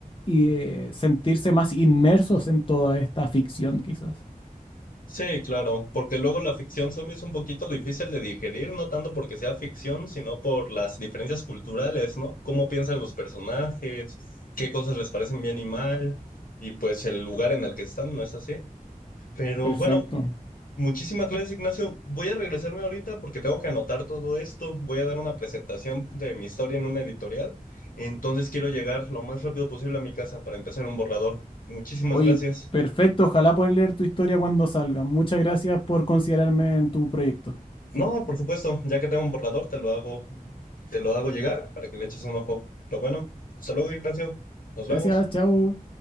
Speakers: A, on the left; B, on the left.
A: eh, sentirse más inmersos en toda esta ficción quizás.
B: Sí, claro, porque luego la ficción zombie es un poquito difícil de digerir, no tanto porque sea ficción, sino por las diferencias culturales, ¿no? Cómo piensan los personajes, qué cosas les parecen bien y mal, y pues el lugar en el que están, ¿no es así? Pero
A: Perfecto.
B: bueno, muchísimas gracias, Ignacio. Voy a regresarme ahorita porque tengo que anotar todo esto. Voy a dar una presentación de mi historia en una editorial, entonces quiero llegar lo más rápido posible a mi casa para empezar un borrador. Muchísimas
A: Oye,
B: gracias.
A: perfecto. Ojalá poder leer tu historia cuando salga. Muchas gracias por considerarme en tu proyecto.
B: No, por supuesto, ya que tengo un borrador, te lo hago, te lo hago llegar para que le eches un ojo. Lo bueno. Hasta luego, Ignacio. Nos vemos.
A: Gracias, chao.